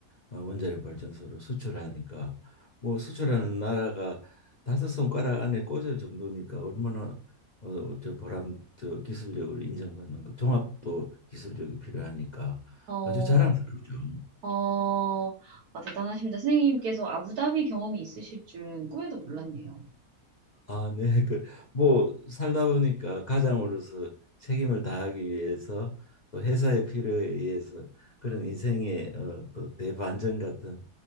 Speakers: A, on the left; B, on the right.
A: 어, 원자력 발전소를 수출하니까 뭐 수출하는 나라가 다섯 손가락 안에 꽂을 정도니까 얼마나 어, 저 보람 저 기술력을 인정받는 그 종합도 기술력이 필요하니까
B: 어,
A: 아주 자랑스럽죠.
B: 어, 아, 대단하십니다. 선생님께서 아부다비 경험이 있으실 줄은 꿈에도 몰랐네요.
A: 아, 네. <laughs> 그, 뭐 살다 보니까 가장으로서 책임을 다하기 위해서 또 회사의 필요에 의해서 그런 인생의 어, 또 대반전 같은